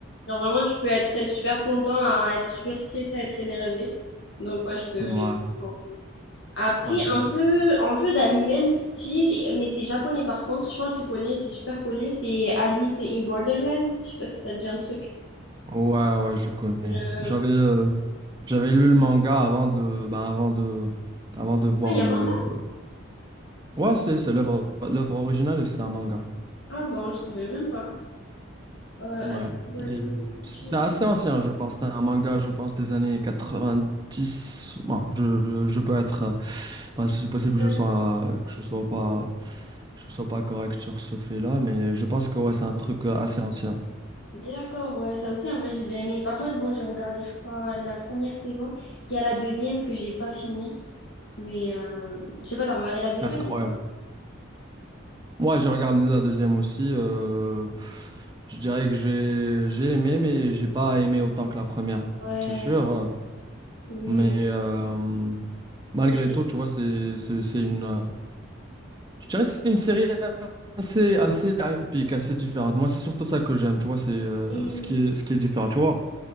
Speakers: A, on the left; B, on the right.
A: Genre vraiment, tu peux être super content, à être super stressé, à être énervé. Donc ouais, je te,
B: Ouais,
A: je te comprends. Après,
B: non, c'est
A: un
B: une super.
A: peu, un peu dans le même style, mais c'est japonais par contre. Je pense que tu connais, c'est super connu. C'est Alice in Borderland. Je sais pas si ça te dit un truc.
B: Ouais, ouais, je connais.
A: Euh,
B: J'avais euh, j'avais lu le manga avant de le, bah, avant de, avant de voir
A: Ah, il y a
B: le.
A: manga?
B: Ouais, c'est c'est l'œuvre l'œuvre originale, et c'est un manga.
A: Ah bon, je savais même pas. Euh,
B: Ouais.
A: Alice in Borderland.
B: Et, euh,
A: Ok.
B: C'est assez ancien, je pense. C'est un manga, je pense, des années quatre-vingt-dix Bon, je, je peux être. euh, ben, c'est possible
A: Ouais.
B: que je sois, que je sois pas, je sois pas correct sur ce fait-là, mais je pense que ouais, c'est un truc euh, assez ancien.
A: D'accord, ouais, ça aussi en vrai j'ai bien aimé. Par contre, bon, j'ai regardé, je crois, la première saison. Il y a la deuxième que j'ai pas finie. Mais euh, je sais pas, t'as regardé la
B: C'était
A: deuxième
B: incroyable.
A: ou pas?
B: Moi, j'ai regardé la deuxième aussi. euh, je dirais que j'ai, j'ai aimé, mais j'ai pas aimé autant que la première,
A: Ouais,
B: c'est sûr. euh,
A: oui.
B: Mais euh, malgré
A: Il y a des-
B: tout, tu vois, c'est, c'est, c'est une. euh, je dirais que c'est une série assez, assez atypique, assez différente. Moi, c'est surtout ça que j'aime, tu vois, c'est euh,
A: Hum,
B: ce qui est, ce qui est différent, tu vois.